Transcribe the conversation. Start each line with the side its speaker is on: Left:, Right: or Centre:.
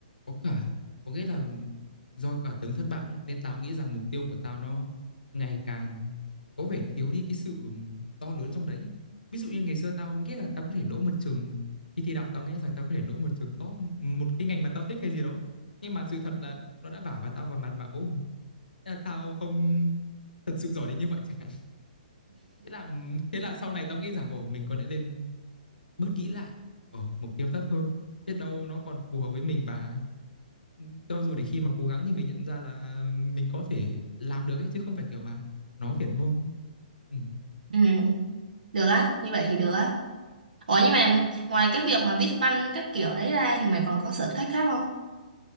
Left: có cả có nghĩa là do cả từng thất bại nữa nên tao nghĩ rằng mục tiêu của tao nó ngày càng có vẻ thiếu đi cái sự ừm, to lớn trong đấy á. Ví dụ như ngày xưa tao nghĩ là tao có thể đỗ một trường khi thi đại học tao nghĩ rằng tao có thể đỗ một trường top một cái ngành mà tao thích hay gì đó nhưng mà sự thật là nó đã vả vào tao vào mặt và ô thế là tao không thật sự giỏi đến như vậy <laughs> chẳng hạn thế là thế là sau này tao nghĩ rằng ồ mình có lẽ lên bớt nghĩ lại ở mục tiêu thấp hơn biết đâu nó còn phù hợp với mình và ừ, cho dù để khi mà cố gắng thì mình nhận ra là mình có thể làm được ấy chứ không phải kiểu mà nó viển vông ừ.
Right: ừ được á như vậy thì được á Ủa nhưng mà ngoài cái việc mà viết văn các kiểu đấy ra thì mày còn có sở thích khác không?